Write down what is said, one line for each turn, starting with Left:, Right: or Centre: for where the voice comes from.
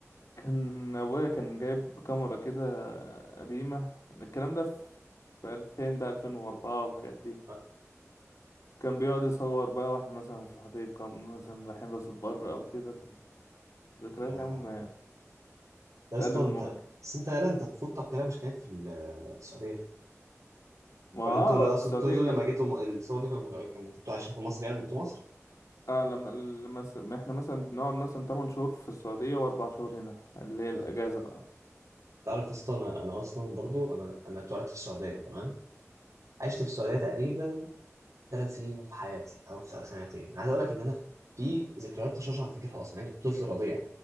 Left: كان ابويا كان جايب كاميرا كده قديمه الكلام ده في في 2000 بقى 2004 والحاجات دي
Right: آه.
Left: كان بيقعد يصور بقى واحنا مثلا في الحديقه مثلا رايحين راس البر او كده كان ذكريات
Right: يا
Left: يا عم
Right: يا اسطى
Left: تقلب
Right: انت
Left: المواجهه
Right: بس انت يالا انت طفولتك كده مش كانت في ال- في السعوديه
Left: ما
Right: ولا
Left: اه
Right: انتوا لا اقصد
Left: السعوديه
Right: انتوا لما
Left: كان
Right: جيتوا م- الصور دي كانوا- لما كنتوا عايشين في مصر يعني لما جيتوا مصر
Left: اه لما لما س- ما احنا مثلا بنقعد مثلا 8 شهور في السعوديه واربع شهور هنا اللي هي الاجازه
Right: آه.
Left: بقى
Right: تعرف يا اسطى انا انا اصلا برضو انا انا اتولدت في السعوديه تمام عشت في السعوديه تقريبا ثلاث سنين في حياتي او او سنتين عايز اقول لك ان انا في ذكريات طشاش انا فاكرها اصلا يعني كنت طفل رضيع